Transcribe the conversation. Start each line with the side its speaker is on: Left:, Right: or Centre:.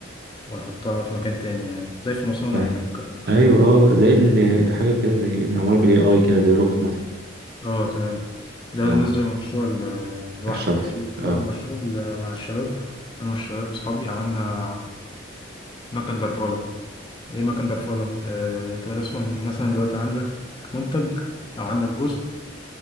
Left: وأحطها في مكان تاني يعني زي في مصانع
Right: أيوة
Left: يعني والكلام ده.
Right: أيوة أه آه، زي ال- حاجة كده زي معمولة بال AI كده زي الروبوت مثلا
Left: اه تمام ده
Right: أه
Left: بالنسبة للمشروع ال- لوحدي
Right: الشخص
Left: في
Right: أه
Left: بقى المشروع ال- مع الشباب أنا والشباب صحابي عملنا مكن درفالة إيه مكن درفالة؟ آه أنت مثلا مثلا دلوقتي عندك منتج أو عندك جزء